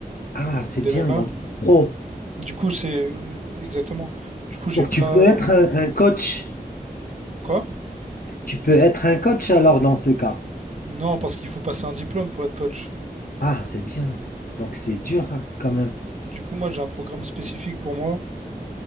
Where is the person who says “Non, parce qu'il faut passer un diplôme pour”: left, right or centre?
Right